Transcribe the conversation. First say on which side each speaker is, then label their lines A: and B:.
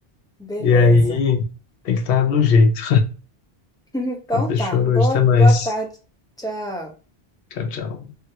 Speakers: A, in the centre; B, on the left.
A: beleza.
B: E aí tem que estar no jeito.
A: <laughs> Então
B: Então, fechou,
A: tá. Boa,
B: hoje, até mais.
A: boa tarde. Tchau.
B: Tchau, tchau.